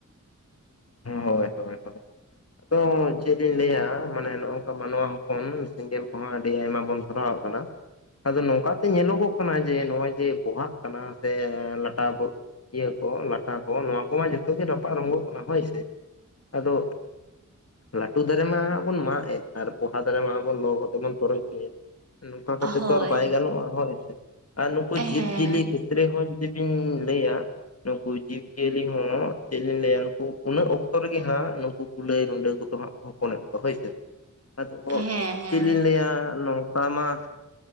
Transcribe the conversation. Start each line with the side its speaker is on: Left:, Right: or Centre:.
Left: ᱦᱳᱭ ᱦᱳᱭ ᱦᱳᱭ ᱛᱚ ᱪᱮᱫ ᱤᱧ ᱞᱟᱹᱭᱟ ᱢᱟᱱᱮ ᱱᱚᱜ ᱱᱚᱠᱟ ᱢᱟᱱᱣᱟ ᱦᱚᱯᱚᱱ ᱥᱮᱸᱜᱮᱞ ᱠᱚᱦᱚᱸ ᱟᱹᱰᱤ ᱟᱭᱢᱟ ᱵᱚᱱ ᱫᱷᱚᱨᱟᱣ ᱟᱜ ᱠᱟᱱᱟ᱾ ᱟᱫᱚ ᱱᱚᱝᱠᱟᱛᱮ ᱧᱮᱞᱚᱜᱚᱜ ᱠᱟᱱᱟ ᱡᱮ ᱱᱚᱜᱼᱚᱭ ᱡᱮ ᱯᱚᱦᱟᱜ ᱠᱟᱱᱟ ᱥᱮ ᱞᱟᱴᱟ ᱤᱭᱟᱹ ᱠᱚ ᱞᱟᱴᱟ ᱠᱚ ᱱᱚᱣᱟ ᱠᱚᱢᱟ ᱡᱚᱛᱚ ᱜᱮ ᱨᱟᱯᱟᱜ ᱨᱚᱝᱜᱚᱜ ᱠᱟᱱᱟ ᱦᱳᱭ ᱟᱫᱚ ᱞᱟᱹᱴᱩ ᱫᱟᱨᱮ ᱢᱟ ᱦᱟᱜ ᱵᱚᱱ ᱢᱟᱜ ᱮᱫ ᱟᱨ ᱯᱚᱦᱟ ᱫᱟᱨᱮ ᱢᱟ ᱵᱚᱱ ᱞᱚ ᱠᱟᱛᱮ ᱵᱚᱱ ᱛᱚᱨᱚᱡ ᱚᱪᱚᱭᱮᱫ ᱾ ᱱᱚᱝᱠᱟ ᱠᱟᱛᱮ
Right: ᱦᱳᱭ
Left: ᱛᱚ ᱟᱨ ᱵᱟᱭ ᱜᱟᱱᱚᱜ-ᱟ ᱦᱳᱭ ᱥᱮ ᱟᱨ ᱱᱩᱠᱩ
Right: ᱦᱮᱸ
Left: ᱡᱤᱵᱽ ᱡᱤᱭᱟᱹᱞᱤ ᱠᱷᱮᱛᱨᱮ ᱦᱚᱸ ᱡᱩᱫᱤ ᱤᱧ ᱞᱟᱹᱭᱟ ᱱᱩᱠᱩ ᱡᱤᱵᱽ ᱡᱤᱭᱟᱹᱞᱤ ᱦᱚᱸ ᱪᱮᱫ ᱞᱤᱧ ᱞᱟᱹᱭᱟ ᱱᱩᱠᱩ ᱩᱱᱟᱹᱜ ᱚᱠᱛᱚ ᱨᱮᱜᱮ ᱦᱟᱸᱜ ᱱᱩᱠᱩ ᱠᱩᱞᱟᱹᱭ ᱨᱩᱰᱟᱹ ᱠᱚᱫᱚ ᱦᱟᱸᱜ ᱠᱚ ᱦᱚᱯᱚᱱ ᱮᱫ ᱠᱚᱣᱟ ᱦᱳᱭ ᱥᱮ ᱾ ᱟᱫᱚ ᱠᱚ
Right: ᱦᱮᱸ ᱦᱮᱸ
Left: ᱪᱮᱫ ᱞᱤᱧ ᱞᱟᱹᱭᱟ ᱱᱚᱝᱠᱟ ᱢᱟ